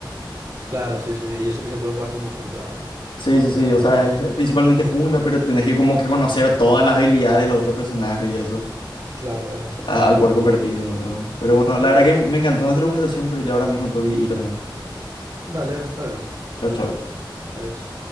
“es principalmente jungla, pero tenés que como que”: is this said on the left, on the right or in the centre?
Left